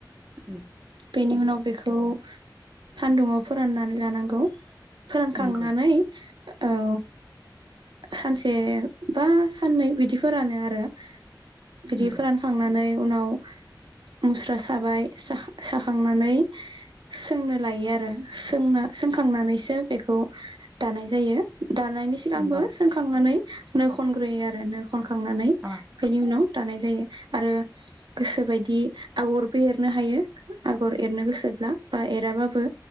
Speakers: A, on the right; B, on the right.
A: उम।
B: बेनि उनाव बेखौ सानदुंआव फोराननानै लानांगौ। फोरानखांनानै
A: नंगौ
B: ओ औ सानसे बा साननै बिदि फोरानो आरो। बिदि
A: नंगौ
B: फोरानखांनानै उनाव मुस्रा साबाय साहा साखांनानै सोंनो लायो आरो सोंना सोंखांनानैसो बेखौ दानाय जायो। दानायनि सिगांबो
A: नंगौ
B: सोंखांनानै नो खनग्रोयो आरो नो खनखांनानै
A: अ
B: बेनि उनाव दानाय जायो आरो गोसोबायदि आगरबो एरनो हायो आगर एरनो गोसोब्ला बा एराबाबो